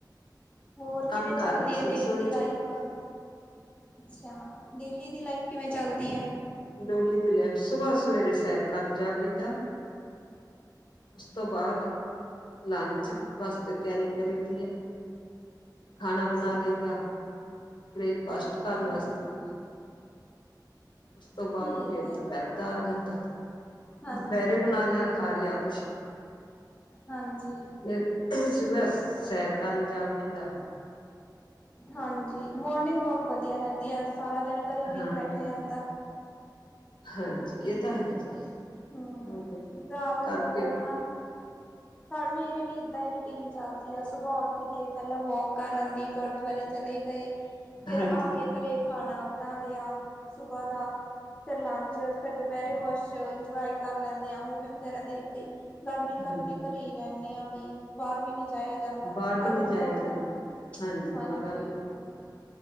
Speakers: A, on the left; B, on the left.
A: ਹੋਰ
B: ਕੰਮ
A: ਕਿਵੇਂ ਚੱਲਦੀ
B: ਕਰ ਰਹੇ
A: ਹੈ
B: ਸੀ
A: ਡੇਲੀ
B: ਰਸੋਈ
A: ਦੀ
B: ਚ
A: ਲਾਈਫ। ਅੱਛਾ ਡੇਲੀ ਦੀ ਲਾਈਫ ਕਿਵੇਂ ਚਲਦੀ ਆ।
B: ਡੋਲੀ ਦ ਲੈ ਸੁਬਾਹ ਸਵੇਰੇ ਸੈਰ ਕਰਨ ਜਾਵੜੀ ਦਾ। ਉਸ ਤੋਂ ਬਾਅਦ ਲੰਚ ਵਾਸਤੇ ਤਿਆਰੀ ਕਰੀ ਦੀ ਹੈ। ਖਾਣਾ
A: ਅੱਛਾ,
B: ਬਣਾ ਲਈ ਦਾ ਬ੍ਰੇਕਫਾਸਟ ਕਰਨ
A: ਠੀਕ
B: ਵਾਸਤੇ।
A: ਹੈ।
B: ਉਸ ਤੋਂ ਬਾਅਦ
A: ਠੀਕ
B: ਫੇਿਰ
A: ਹੈ,
B: ਦੁਪਹਿਰ ਦਾ ਆ ਜਾਂਦਾ।
A: ਹਾਂਜੀ।
B: ਦੁਪਹਿਰੇ ਬਣਾ ਲਿਆ ਖਾ ਲਿਆ ਕੁਛ।
A: ਹਾਂਜੀ,
B: ਫਿਰ ਸੈਰ ਕਰਨ ਜਾ ਵੜੀ ਦਾ
A: ਹਾਂਜੀ ਮੋਰਨਿੰਗ ਵਾਕ ਵਧੀਆ ਰਹਿੰਦੀ ਹੈ। ਸਾਰਾ ਦਿਨ ਘਰੇ ਵੀ
B: ਹਾਂ
A: ਨੀ ਬੈਠਿਆ ਜਾਂਦਾ।
B: ਹਾਂਜੀ ਇਹ ਤਾਂ ਹੈ ਜੀ
A: ਹਮ
B: ਵੋਲੀਬਾਲ
A: ਰਾਤ
B: ਕਰਕੇ
A: ਨੂੰ ਫਿਰ ਹਨਾ ਮੇਰੀ ਵੀ ਏਦਾਂ ਹੀ ਰੂਟੀਨ ਚੱਲਦੀ ਆ ਸੁਬਾਹ ਉੱਠ ਕੇ ਪਹਿਲਾਂ ਵੋਕ ਕਰ ਆਉਂਦੀ ਗੁਰਦੁਆਰੇ ਚਲੇ ਗਏ ਫੇਰ
B: ਹਾਂਜੀ
A: ਆ ਕੇ ਘਰੇ। ਖਾਣਾ ਬਣਾ ਲਿਆ ਸੁਬਹ ਦਾ ਫੇਰ ਲੰਚ ਫਿਰ ਦੁਪਹਿਰੇ ਕੁਛ ਡਰਾਈ ਕਰ ਲੈਂਦੇ ਆ ਮੂਵੀ ਵਗੈਰਾ ਦੇਖ ਲਈ ਗਰਮੀ ਕਰਕੇ
B: ਹਾਂਜੀ
A: ਘਰੇ ਹੀ ਰਹ ਵੀ ਬਾਹਰ ਵੀ ਨੀ ਜਾਇਆ ਜਾਂਦਾ?
B: ਬਾਹਰ ਵੀ
A: ਗਰਮੀ
B: ਨਹੀਂ ਜਾਇਆ
A: ਬਹੁਤ
B: ਜਾਂਦਾ
A: ਹੈ ਨਾ? ਹਾਂਜੀ।
B: ਬਾਹਰ ਵੀ ਇਹ